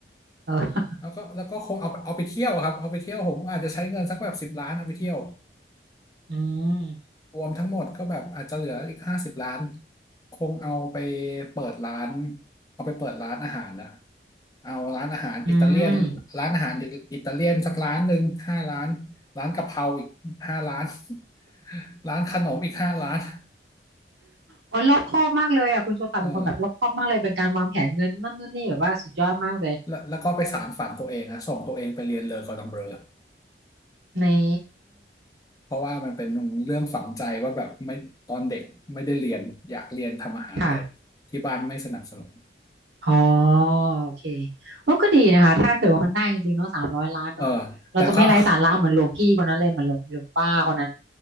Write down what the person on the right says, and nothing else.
เออ
<laughs> อืม
อืม
โอ้ยรอบคอบมากเลยอ่ะคุณโชตะเป็นคนแบบรอบคอบมากเลยเป็นการวางแผนเงินนั่นนู่นนี่แบบว่าสุดยอดมากเลย
นี่
ค่ะ
อ๋อโอเคโอ้ก็ดีนะคะถ้าเกิดว่ามันได้จริงๆเนาะสามร้อยล้านเนาะเราจะไม่ไร้สาระเหมือนหลวงพี่คนนั้นเลยเหมือนหลวงหลวงป้าคนนั้น